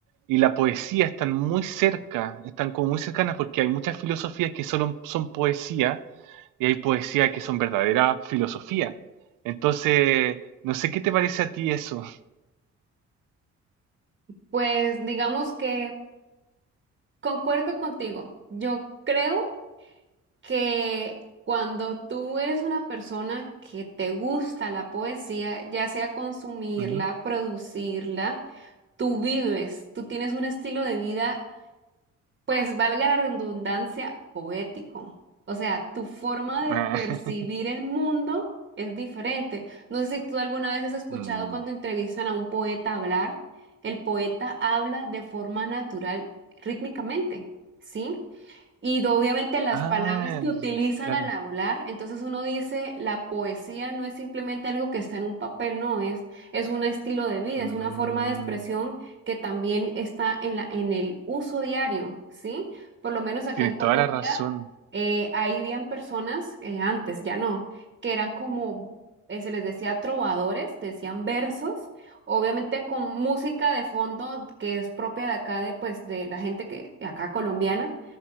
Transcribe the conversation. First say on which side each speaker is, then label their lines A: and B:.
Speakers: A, on the right; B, on the right.
A: y la poesía están muy cerca, están como muy cercanas porque hay muchas filosofías que solo son poesía y hay poesía que son verdadera filosofía. Entonces, no sé qué te parece a ti eso.
B: pues digamos que concuerdo contigo. Yo creo que cuando tú eres una persona que te gusta la poesía, ya sea consumirla,
A: Ujú.
B: producirla, tú vives, tú tienes un estilo de vida Pues valga la redundancia, poético. O sea, tu forma de
A: Ah,
B: percibir
A: <laughs>
B: el mundo es diferente. No sé si tú alguna vez has escuchado
A: mm.
B: cuando entrevistan a un poeta hablar, el poeta habla de forma natural, rítmicamente, ¿sí? Y obviamente las
A: Ah,
B: palabras que utilizan
A: claro.
B: al hablar, entonces uno dice, la poesía no es simplemente algo que está en un papel, no, es, es un estilo de vida,
A: Mm,
B: es una forma de expresión que también está en la, en el uso diario, ¿sí? Por lo menos acá
A: tienes
B: en Colombia,
A: toda la razón.
B: eh, ahí habían personas, eh, antes ya no, que eran como, eh, se les decía trovadores, decían versos, obviamente con música de fondo que es propia de acá, de, pues, de la gente que, de acá colombiana